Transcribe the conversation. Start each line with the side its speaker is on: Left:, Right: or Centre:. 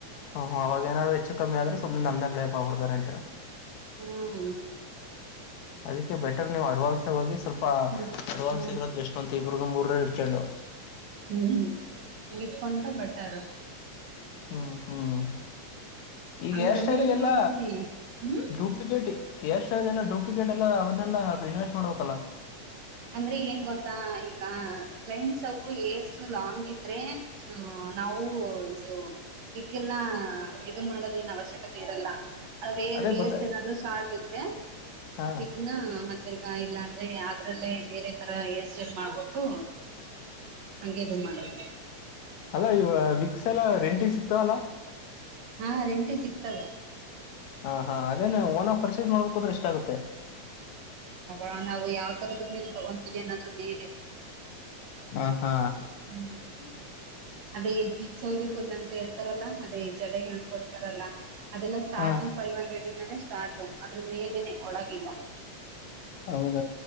Left: ಹ್ಮ್ ಅವಾಗ ಏನಾದರು ಹೆಚ್ಚು ಕಮ್ಮಿ ಆದ್ರ ಸುಮನೆ ನಮ್ಮನೇ ಬ್ಲೇಮ್ ಮಾಡಬಿಡ್ತಾರ ಅಂತರ
Right: ಹ್ಮ್
Left: ಅದಕ್ಕೆ ಬೆಟರ್ ನೀವು ಅಡ್ವಾನ್ಸ್ ಹೋಗಿ ಸ್ವಲ್ಪ
Right: ಹ್ಮ್
Left: ಅಡ್ವಾನ್ಸ್
Right: ಹ್ಮ್
Left: ಸಿಗರೋದು ಎಷ್ಟು ಅಂತ ಇಬ್ಬರು ಮೂರ ಹಿಡ್ಕೊಂಡು
Right: ಹ್ಮ್ ಹ್ಮ್ ಹಂಗ ಇಟ್ಕೊಂಡ್ರು ಬೆಟ್ಟರ್
Left: ಹ್ಮ್ ಹ್ಮ್ ಈಗ
Right: ಹಂಗ್
Left: ಹೇರ್
Right: ಕಲಿಬೇಕು
Left: ಸ್ಟೈಲ್ ಗೆ ಎಲ್ಲ
Right: ಅಂತೀನಿ ಹ್ಮ್
Left: ಡೂಪ್ಲಿಕಟ್ ಏರ್ ಸ್ಟೈಲ್ ಎಲ್ಲ ಡೂಪ್ಲಿಕಟ್ ಎಲ್ಲ ಅದೆಲ್ಲ ಇನ್ವೆಸ್ಟ್ ಮಾಡಬೇಕಲ್ಲ
Right: ಅಂದ್ರೆ ಏನ್ ಗೊತ್ತಾ ಈಗ ಕ್ಲೈಂಟ್ಸ್ ಅವು ಹೈರ್ಸ್ ಲಾಂಗ್ ಇದ್ರೆ ಹ್ಮ ನಾವು ಇದು ಈಕ್ಕೆಲ್ಲಾ ಇದ ಮಾಡೋದ ಏನ್ ಅವಶ್ಯಕತೆ ಇರಲ್ಲ ಅ
Left: ಅದೇ ಗೊತ್ತ
Right: ಏರ್ಸ್ ಏನಾದ್ರು ಸ್ಟಾರ್ಟ್ ಇದೆಗ
Left: ಹಾ
Right: ಮೆ ಕ ಇಲ್ಲ ಅಂದ್ರೆ ಯದ್ರಲ್ಲೇ ಬೇರೆ ತರ ಎಷ್ಟ ಮಾಡ್ಬಿಟ್ಟು ಹಂಗಗೆ ಇದ ಮಾಡದು
Left: ಅಲ್ಲ ಇವ ವಿಕ್ಸ್ ಎಲ್ಲ ರೆಂಟಿಗೆ ಸಿತ ಅಲ್ಲಾ
Right: ಹಾ ರೆಂಟಿ ಸಿಗ್ತವೆ
Left: ಹಾ ಹಾ ಅದೇ ಓನ ಪರ್ಚೇಸ್ ಮಾಡ್ಬೇಕಕ್ ಹದ್ರೆ ಇಷ್ಟ ಆಗುತ್ತೆ
Right: ಆ ನಾವು ಯಾವ್ ತರದ್ರ ಮೇಲೆ ತಗೊಂತೀವಿ ಅನ್ನದ್ರ ಮೇಲೆ
Left: ಹ ಹಾ
Right: ಹ್ಮ್ ಅದೇ ಬಿಚೌಲಿ ಫುಲ್ ಅಂತ ಹೇಳ್ತಾರಲ್ಲ ಅದೇ ಜಡೆ ಹಣಕೊಡ್ತಾರಲ್ಲ ಅದೆಲ್ಲ ಸ್ಟಾರ್ಟಿಂಗ್
Left: ಹಾ
Right: ಫೈವ್ ಹಂಡ್ರೆಡ್ಲ್ಲಾನನೆ ಸ್ಟಾರ್ಟು ಅದ್ರ ಮೇಲನೆ ಒಳಗಿಲ್ಲ
Left: ಹೌದ